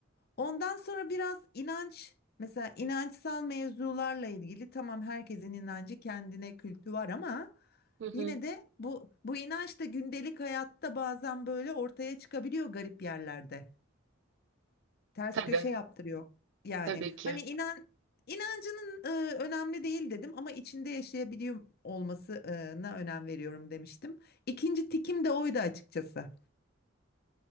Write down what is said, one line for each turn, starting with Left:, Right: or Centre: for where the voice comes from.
Left: Ondan sonra biraz inanç, mesela inançsal mevzularla ilgili tamam herkesin inancı kendine kültü var ama
Right: Hı hı.
Left: yine de bu bu inanç da gündelik hayatta bazen böyle ortaya çıkabiliyor garip yerlerde ters
Right: Tabii
Left: köşe yaptırıyor. Yani
Right: tabii ki
Left: hani inan inancının e, önemli değil dedim ama içinde yaşayabiliyor olmasına önem veriyorum demiştim. İkinci tikim de oydu açıkçası.